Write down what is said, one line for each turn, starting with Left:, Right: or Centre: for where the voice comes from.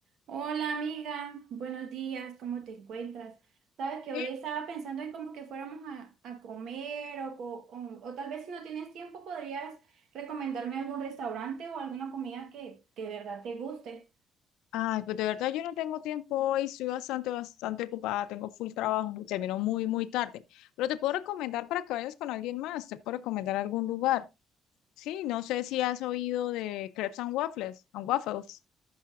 Right: Hola amiga, buenos días, ¿cómo te encuentras? Sabes que
Left: Bien.
Right: hoy estaba pensando en como que fuéramos a, a comer o, co- o- o tal vez si no tienes tiempo podrías recomendarme algún restaurante o alguna comida que, que de verdad te guste.
Left: Ay, pues de verdad yo no tengo tiempo hoy, estoy bastante, bastante ocupada, tengo full trabajo, y termino muy, muy tarde. Pero te puedo recomendar para que vayas con alguien más, te puedo recomendar algún lugar. Sí, no sé si has oído de Crepes and Waffles, and Waffles.